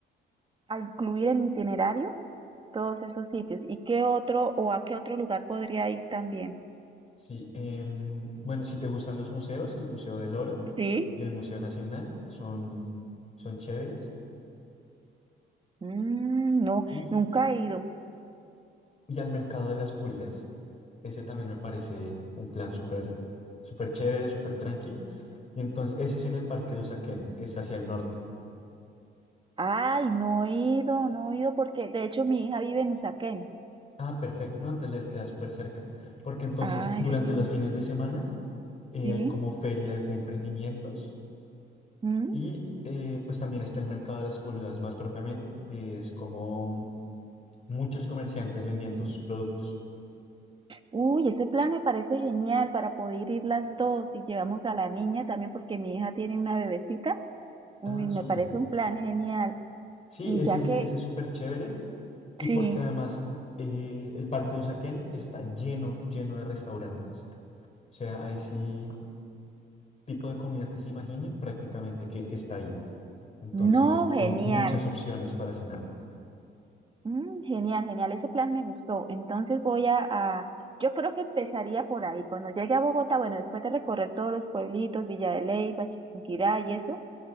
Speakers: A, on the right; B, on the left.
A: a incluir en mi itinerario todos esos sitios. ¿Y qué otro o a qué otro lugar podría ir también?
B: Sí, em, bueno, si te gustan los museos, el Museo del Oro
A: Sí,
B: y el Museo Nacional son, son chéveres.
A: Mm, no,
B: Y
A: nunca he ido.
B: Y al mercado de las pulgas. Ese también me parece un plan súper súper chévere, súper tranqui. Y entonces, ese es en el Parque de Usaquén, es hacia el norte.
A: Ay, no he ido, no he ido porque de hecho mi hija vive en Usaquén.
B: Ah, perfecto. No, entonces les queda súper cerca. Porque entonces,
A: Ay,
B: durante
A: sí,
B: los fines de semana, eh,
A: sí.
B: hay como ferias de emprendimientos
A: Mm.
B: y eh, pues también está el mercado de las pulgas más propiamente, que es como muchos comerciantes vendiendo sus productos.
A: Uy, ese plan me parece genial para poder ir las dos y llevamos a la niña también porque mi hija tiene una bebecita. Uy,
B: Ah,
A: me
B: súper.
A: parece un plan genial.
B: Sí,
A: Y
B: ese
A: ya
B: es,
A: que,
B: ese es súper chévere. Y
A: sí,
B: porque además eh, el Parque de Usaquén está lleno, lleno de restaurantes. O sea, hay sí tipo de comida que se imaginen prácticamente que está ahí. Entonces,
A: No,
B: hay
A: genial.
B: muchas opciones para cenar.
A: Mm, genial, genial. Ese plan me gustó. Entonces voy a, a- yo creo que empezaría por ahí. Cuando llegue a Bogotá, bueno, después de recorrer todos los pueblitos, Villa de Leyva, Chiquinquirá y eso,